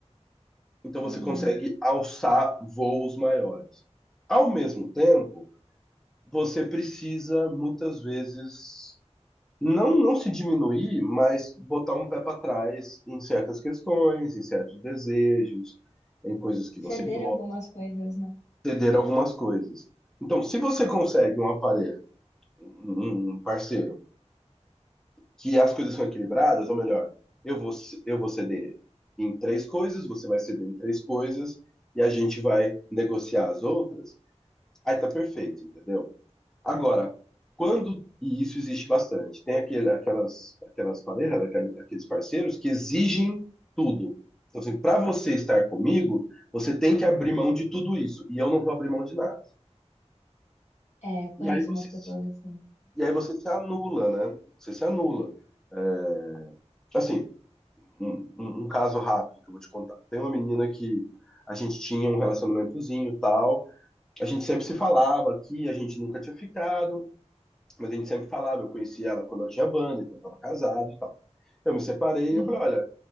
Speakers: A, in the centre; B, on the left.
A: então
B: realmente.
A: você consegue alçar voos maiores. Ao mesmo tempo, você precisa muitas vezes não não se diminuir, mas botar um pé para trás em certas questões, em certos desejos, em coisas que
B: Ceder
A: você gosta,
B: algumas coisas, né?
A: ceder algumas coisas. Então, se você
B: Hum.
A: consegue uma parelha, um um parceiro, que as coisas são equilibradas, ou melhor, eu vou eu vou ceder em três coisas, você vai ceder em três coisas e a gente vai negociar as outras. Aí tá perfeito, entendeu? Agora, quando, e isso existe bastante, tem aquele, aquelas, aquelas parejas, aquele- aqueles parceiros que exigem tudo. Então, assim, para você estar comigo, você tem que abrir mão de tudo isso, e eu não vou abrir mão de nada.
B: É, conheço
A: E aí você,
B: umas pessoas
A: se-
B: assim.
A: e aí você se anula, né? Você se anula. É, Assim, um, um- um caso rápido que eu vou te contar. Tem uma menina que a gente tinha um relacionamentozinho e tal, a gente sempre se falava aqui, a gente nunca tinha ficado. Mas a gente sempre falava, eu conheci ela quando eu tinha banda, então eu tava casado e tal. Eu me separei
B: Uhum.
A: e eu falei, olha,